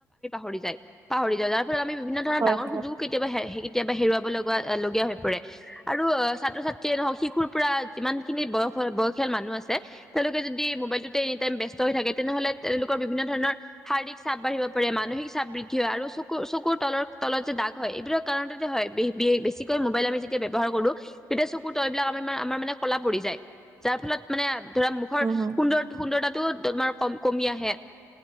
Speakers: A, in the centre; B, on the right.
A: পাহৰি যায় পাহৰি যায় যাৰ ফলত আমি বিভিন্ন ধৰণৰ
B: হয়
A: ডাঙৰ
B: হয়।
A: সুযোগ কেতিয়াবা হেৰুৱা কেতিয়াবা হেৱাব লগা লগীয়া হয় কৰে আৰু ছাত্ৰ ছাত্ৰীয়ে নহওক শিশুৰ পৰা যিমান খিনি বয়স বয়সাল মানুহ আছে। তেওঁলোকে যদি মোবাইলতটোত এটাইম ব্যস্ত হৈ থাকে। তেনেহ'লে তেওঁলোকৰ বিভিন্ন ধৰণৰ শাৰীৰিক চাপ বাঢ়িব পাৰে মানসিক। চাপ বৃদ্ধি হয় আৰু চকুৰ চকুৰ তলৰ তলত যে দাগ হয় এইবোৰৰ কাৰণতে হয় বেছিকৈ। ম'বাইল আমি যেতিয়া ব্ৱহাৰ কৰো। তেতিয়া চকুৰ তল বিলাক আ আমাৰ মানে কলা পৰি যায় যাৰ ফলত মানে। ধৰা মুখৰ
B: উম হম
A: সুন্দৰ সুন্দৰৰতা ও তোমাৰ কম কমি আহে